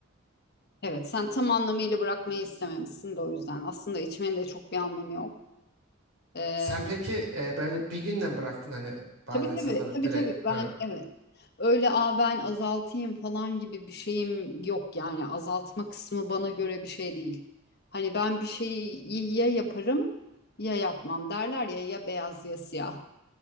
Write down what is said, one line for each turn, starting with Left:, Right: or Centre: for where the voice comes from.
Left: evet. Sen tam anlamıyla bırakmayı istememişsin de o yüzden. Aslında içmenin de çok bir anlamı yok. Ee,
Right: Sen peki e, böyle bir günden bıraktın hani bazı
Left: Tabii
Right: insanları
Left: tabii tabii
Right: direkt?
Left: tabii ben
Right: Ha.
Left: evet öyle aa ben azaltayım falan gibi bir şeyim yok yani azaltma kısmı bana göre bir şey değil. Hani ben bir şeyi ya yaparım ya yapmam derler ya ya beyaz ya siyah.